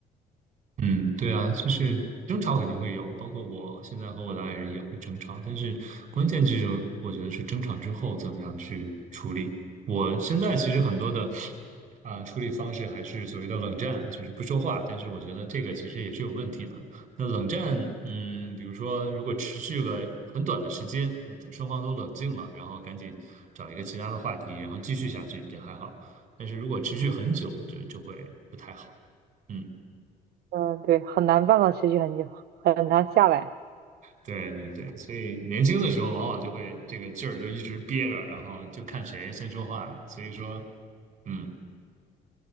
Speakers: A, on the right; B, on the right.
A: 嗯，对啊，就是争吵肯定会有，包括我现在和我的爱人也会争吵，但是关键就是我觉得是争吵之后怎么样去处理。我现在其实很多的啊、处理方式还是所谓的冷战，就是不说话，但是我觉得这个其实也是有问题的。那冷战，嗯，比如说如果持续个很短的时间，那双方都冷静了，然后赶紧找一个其他的话题，然后继续下去也还好，但是如果持续很久，就就会不太好。嗯。
B: 嗯，对，很难办到持续很久，很难下来。
A: 对对对，所以年轻的时候往往就会这个劲儿就一直憋着，然后就看谁先说话。所以说，嗯，